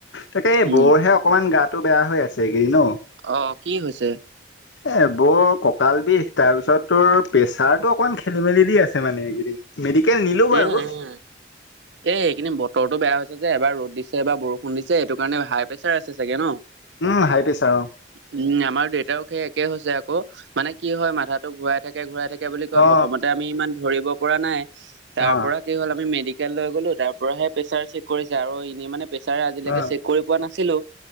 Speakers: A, on the left; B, on the right.
A: তাকে এই
B: উম,
A: বৰহে অকমান গাটো বেয়া হৈ আছে এইকেইদিন অ।
B: অ', কি হৈছে?
A: এ বৰ কঁকাল বিষ তাৰপিছত তোৰ প্ৰেচাৰটো অকমান খেলি - মেলি দি আছে মানে এইকেইদিন। মেডিকেল নিলো বাৰু।
B: উম, উম। এই এইখিনি বতৰটো বেয়া হৈছে যে এবাৰ ৰ'দ দিছে, এবাৰ বৰষুণ দিছে এইটো কাৰণে হাই প্ৰেছাৰ আছে চাগে ন?
A: উম হাইপেছাৰ অ।
B: উম, আমাৰ দেউতাও সেই একে হৈছে আকৌ মানে কি হয় মাথাটো ঘূৰাই থাকে ঘূৰাই থাক কে বুলি কয়,
A: অ অ
B: প্ৰথমতে আমি ইমান ধৰিব পৰা নাই তাৰ
A: অ
B: পৰা কি হ'ল, আমি মেডিকেল লৈ গ'লো, তাৰ পৰাহে প্ৰেছাৰ চেক কৰিছে, আৰু এনেই মানে প্ৰেচাৰ আজিলৈকে
A: অ
B: চেক কৰি পোৱা নাছিলোঁ।